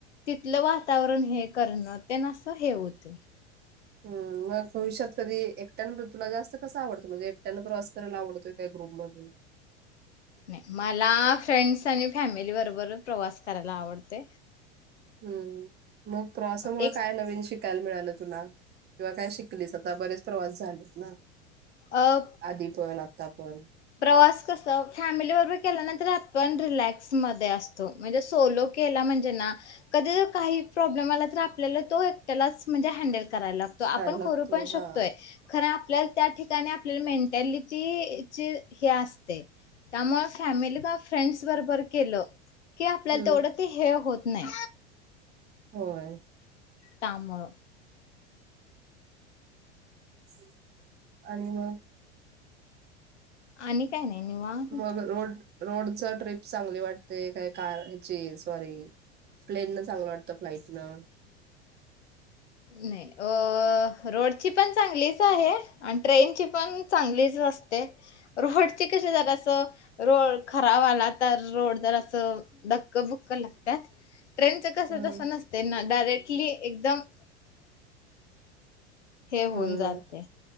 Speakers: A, on the left; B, on the right.
A: तिथलं वातावरण हे करनं त्याना असं हे होते.
B: हम्म मग भविष्यात कधी एकट्यान तुला जास्त कसं आवडतो म्हणजे एकट्यानं प्रवास करायला आवडतोय काय ग्रुप मधून?
A: नाय मला फ्रेंड्स आणि फॅमिली बरोबर प्रवास करायला आवडतय.
B: हम्म, मग प्रवासामुळे
A: एक
B: काय नवीन शिकायला मिळालं तुला? किंवा काय शिकलीस आता बरेच प्रवास झालेत ना.
A: अ
B: आधीपण आ तापण
A: प्रवास कसं फॅमिली बरोबर केला ना तर आपण रिलॅक्स मध्ये असतो म्हणजे सोलो केला म्हणजे ना कधी काही प्रॉब्लेम आला तर आपल्याला तो एकट्यालाच म्हणजे हॅन्डल कराय लागतो, आपण
B: करायला लागतोय
A: करु पण शकतोय
B: हा
A: खरं आप आपल्या त्या ठिकाणी आपल्या मेन्टालिटीचे हे असते त्यामुळं फॅमिली का फ्रेंड्स बरोबर केलं की आपल्याला
B: हम्म
A: तेवढं ते हे होत नाही.
B: होय.
A: त्यामुळं
B: <unintelligible> आणि मग
A: आणि काय नाही. निवांत
B: मग रोड रोडच ट्रिप चांगली वाटते काय कार हेची सॉरी प्लेन न चांगलं वाटत फ्लाइटनं?
A: नाही अ रोडची पण चांगलीच आहे आणि ट्रेनची पण चांगलीच असते रोडची कशी जर अस रोड खराब आला तर रोड जर अस धक्क बुक्क लागत्यात. ट्रेनचं कसं
B: हम्म
A: तसं नसतय ना. डायरेक्टली एकदम -- हे
B: हम्म
A: होऊन जाते.
B: हम्म